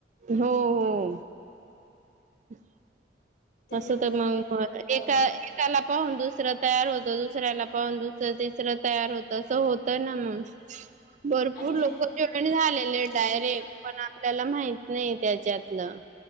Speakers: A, on the right (about 45°); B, on the left (about 80°).
A: हो हो. <unintelligible>
B: त्याच्यामुळे
A: तसं त मग
B: काय हो.
A: एका एकाला पाहून दुसरं तयार हो दुसऱ्याला पाहून दुसरं तिसरं तयार होत असं होत ना मग भरपूर
B: आणि ते
A: लोकं
B: ग्रुपमध्ये
A: जॉईन
B: काय
A: झालेले
B: माहिती ते नंदुरबार
A: डायरेक्ट पण आपल्याला माहित नाही त्यच्यातलं